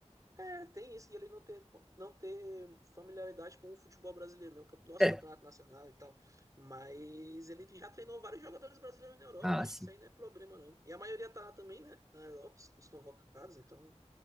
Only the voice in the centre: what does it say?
É.
Ah,
sim.